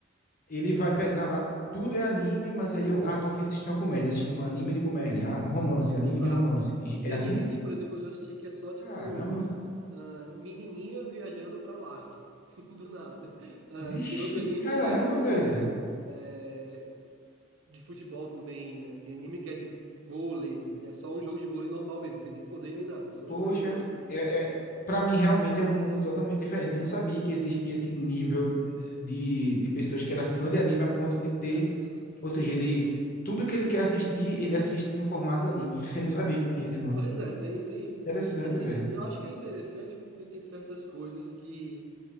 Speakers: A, on the left (about 45°); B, on the right (about 70°).
A: ele vai pegar lá, tudo é anime, mas aí eu, ah, tô afim de assistir uma comédia, assistir um anime de comédia, ah, romance, anime
B: Exato.
A: de romance. E-
B: Tem
A: É assim?
B: anime que, por exemplo, eu já assisti que é só tipo
A: Caramba.
B: ah, menininhas viajando para o Ártico, <laughs> do nada. Ah,
A: Vixe,
B: tem outro anime
A: caramba,
B: que é tipo
A: velho.
B: é, de futebol também, né? Tem anime que é de vôlei e é só um jogo de vôlei normal mesmo, não tem nem poder nem nada, só
A: Poxa,
B: jogando vôlei. <laughs>
A: é, é, para mim realmente é um mundo totalmente diferente. Eu não sabia que existia esse nível de, de pessoas que era fã de anime a ponto de ter, ou seja, ele tudo que ele quer assistir, ele assiste no formato anime. <laughs> Eu não sabia que tinha isso, não.
B: Pois é, tem, tem isso.
A: Interessante,
B: E assim,
A: velho.
B: eu acho que é interessante porque tem certas coisas que